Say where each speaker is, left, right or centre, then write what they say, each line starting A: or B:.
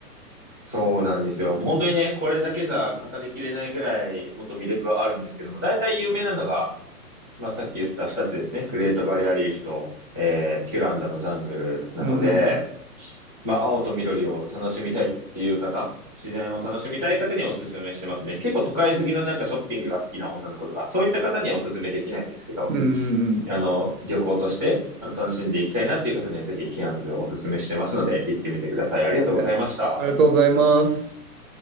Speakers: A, on the left; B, on the right.
A: そうなんですよ。もう本当にね、これだけじゃ語りきれないぐらい、もっと魅力はあるんですけども、大体有名なのが、まあ、さっき言った二つですね。グレートバリアリーフと、えーキュランダのジャングルなので、
B: うんうん。
A: まあ、青と緑を楽しみたいっていう方、自然を楽しみたい方にはおすすめしてますね。結構都会好きのなんかショッピングが好きな女の子とか、そういった方にはおすすめできないですけど、
B: うんうんうん。
A: あの、旅行としてあの楽しんでいきたいなっていう方にはぜひケアンズをおすすめしてますので、行ってみてください。ありがとうございました。
B: はいありがとうございます。